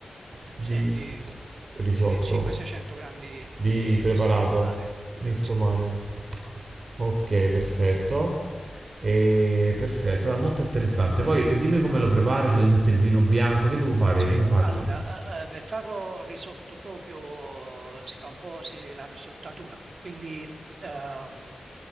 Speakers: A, on the right; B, on the right.
A: di
B: sì, di, di
A: risotto,
B: 500-600 grammi
A: di
B: di
A: preparato,
B: misto mare, di,
A: misto
B: sì,
A: mare. Ok, perfetto. E, perfetto, guarda, molto interessante. Poi dimmi come lo preparo, ci devo mettere il vino bianco, che devo fare?
B: Sì,
A: Come faccio?
B: allora, eh, eh, per farlo risotto proprio eh, si fa un po' si- la risottatura, quindi ehm,